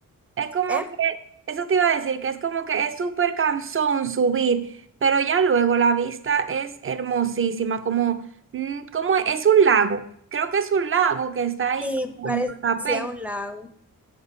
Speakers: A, on the right; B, in the centre.
A: Es como
B: ¿eh?
A: que, eso te iba a decir, que es como que es súper cansón subir, pero ya luego la vista es hermosísima, como, mm, como es un lago. Creo que es un lago que está ahí
B: Sí,
A: como
B: parecía
A: en Guatapé.
B: un lago.